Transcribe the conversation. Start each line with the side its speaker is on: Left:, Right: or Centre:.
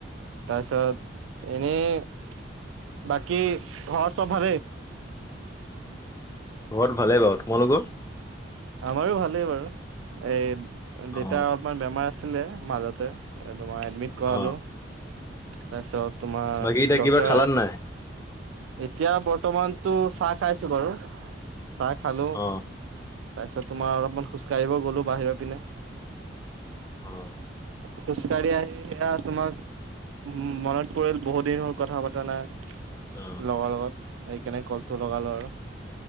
Right: তাৰপিছত এনেই। বাকি ঘৰ চ ভাৰে।
Left: ঘৰত ভালেই বাৰু তোমালোকৰ।
Right: আমাৰো ভালেই বাৰু এই দেতাৰ
Left: অ
Right: অলপমান বেমাৰ আছে আছিলে মাজতে তোমাৰ এডমিট কৰাৰো।
Left: অ
Right: তোমাৰ
Left: বাকী এতিয়া কিবা
Right: ডক্টৰে
Left: খালান নাই
Right: এতিয়া বৰ্তমানতো চাহ খাইছো বাৰু চাহ খালো।
Left: অ
Right: তাৰপিছত তোমাৰ অলপমান খোজকাঢ়িব গলো বাহিৰৰ পিনে।
Left: <unintelligible>
Right: খোজ কাঢ়ি আহি সেয়া তোমাক উ মনত পৰিল বহুত দিন হল কথা পতা নাই।
Left: অ
Right: লগৰ লগত সেই কেনে কলটো লগালো আৰু।